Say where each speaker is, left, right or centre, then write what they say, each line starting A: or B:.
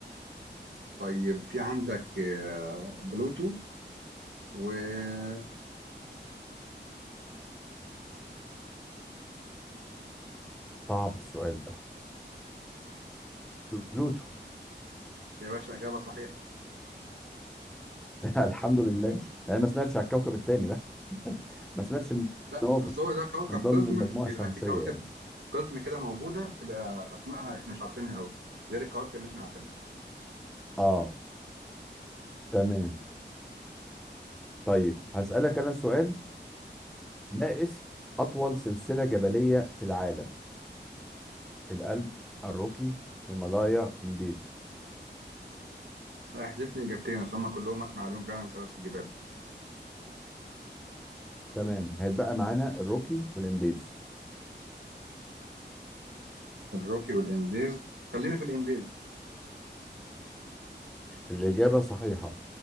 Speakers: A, on the right (about 85°); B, in the centre.
A: طيب في عندك آه، بلوتو وإيريس
B: صعب السؤال ده بلوتو
A: يا باشا إجابة صحيحة
B: <laughs> الحمد لله يعني ما سمعتش على الكوكب التاني ده <laughs> ما سمعتش ان
A: لا
B: هو في-
A: بس هو ده كوكب
B: من ضمن
A: قزم
B: المجموعه
A: بيبقى
B: الشمسيه
A: فيه كواكب
B: يعني
A: قزم كده موجودة بتبقى أسمائها إحنا مش عارفينها أوي غير الكواكب اللي إحنا عارفينها
B: اه تمام طيب هسألك انا سؤال ما اسم اطول سلسله جبليه في العالم الألب الروكي هيمالايا انديز
A: لا احذف لي إجابتين عشان هما كلهم أسمع عليهم فعلا سنة في الجبال
B: تمام هيتبقى معانا الروكي والانديز
A: الروكي والإنديز خلينا في الإنديز
B: الاجابه صحيحه